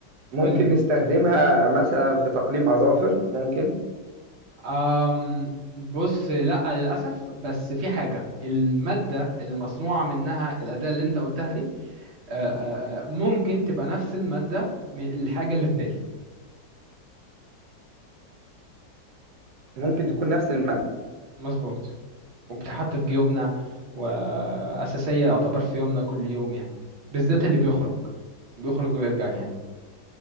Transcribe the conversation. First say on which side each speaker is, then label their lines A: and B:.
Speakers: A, on the right; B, on the right.
A: ممكن
B: قولي
A: نستخدمها مثلا في تقليم أظافر ممكن
B: أم بص لا للأسف بس في حاجة المادة اللي مصنوعة منها الأداة اللي أنت قلتها دي آه، آه، آه، ممكن تبقى نفس المادة من الحاجة اللي في بالي
A: ممكن تكون نفس المادة
B: مظبوط وبتحط في جيوبنا وأساسية يعتبر في يومنا كل يوم يعني بالذات اللي بيخرج بيخرج ويرجع يعني